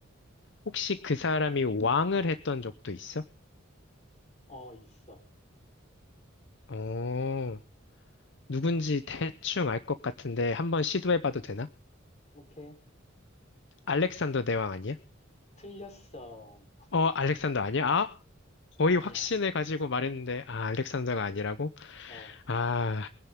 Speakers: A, on the left; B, on the left.
A: 혹시 그 사람이 왕을 했던 적도 있어?
B: 어, 있어.
A: 오, 누군지 대충 알 것 같은데 한번 시도해봐도 되나?
B: 오케이.
A: 알렉산더 대왕 아니야?
B: 틀렸어. <laughs>
A: 어, 알렉산더 아니야? 아, 거의
B: 아니야.
A: 확신을 가지고 말했는데, 아, 알렉산더가
B: 아니야.
A: 아니라고?
B: 어,
A: 아,